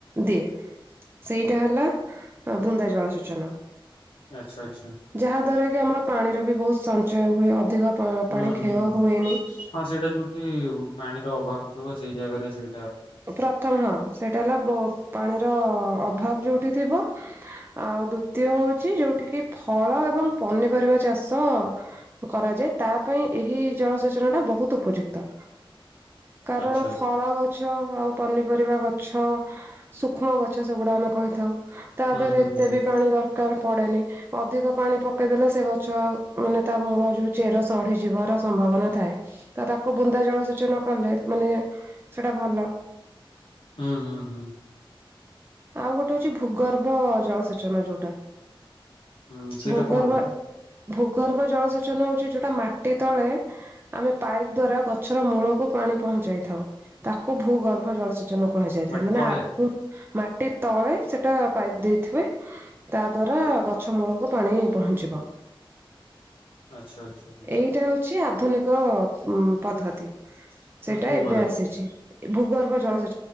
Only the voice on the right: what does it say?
ଦିଏ। ସେଇଟା ହେଲା ବୁନ୍ଦା ଜଳସେଚନ।
ଯାହା ଦ୍ଵାରା କି ଆମର ପାଣିର ବି ବହୁତ ସଞ୍ଚୟ ହୁଏ ଅଧିକ ପ୍ର
ପାଣି କ୍ଷୟ
ହୁଏନି
ପ୍ରଥମ ହଁ ସେଇଟା ହେଲା ବ ପାଣିର ଅ ଅଭାବ ଯୋଉଠି ଥିବ ଆଉ ଦ୍ଵିତୀୟ ହଉଛି ଯୋଉଠି କିି ଫଳ ଏବଂ ପନିପରିବା ଚାଷ ଷ କରାଯାଏ ତା ପାଇଁ ଏହି ଜଳ ସେଚନ ଟା ବହୁତ ଉପଯୁକ୍ତ। କାରଣ
ଫଳ ଗଛ ଆଉ ପନିପରିବା ଗଛ ସୂକ୍ଷ୍ମ ଗଛ ସେଗୁଡା ଆମେ କହିଥାଉ। ତା
ଦେରେ
ଏତେ
ବି ପାଣି ର ଦରକାର୍ ପଡେନି ଅଧିକ ପାଣି ପକେଇଦେଲେ ସେ ଗଛ ମାନେ ତା ମୂଳ ଯୋଉ ଚେର ସଢି ଯିବାର ସମ୍ଭାବନା ଥାଏ ତ ତାକୁ ବୁନ୍ଦା ଜଳ ସେଚନ କଲେ ମାନେ ସେଟା ଭଲ।
ଆଉ ଗୋଟେ ହଉଛି ଭୂଗର୍ଭ ଜଳ ସେଚନ ଯୋଉଟା
ଭୂଗର୍ଭ
ଭୂଗର୍ଭ ଜଳ ସେଚନ ହଉଛି ଯୋଉଟା ମାଟି ତଳେ ଆମେ ପାଇପ୍ ଦ୍ଵାରା ଗଛର ମୂଳକୁ ପା ପାଣି ପହଞ୍ଚାଇ ଥାଉ ତାକୁ ଭୂ ଗର୍ଭ ଜଳସେଚନ କୁହାଯାଇଥାଏ
ମାନେ
ଆଗରୁ ମା ଟି ତଳେ ସେଟା ପାଇପ ଦେଇଥିବେ ତା ଦ୍ଵାରା ଗଛ ମୂଳକୁ ପାଣି ପହଞ୍ଚିବ।
ଏଇଟା ହଉଛି ଆଧୁନିକ ଉ ପଦ୍ଧତି ସେଇଟା
ଏବେ
ଆସିଛି ଭୂଗର୍ଭ ଜଳ ସେ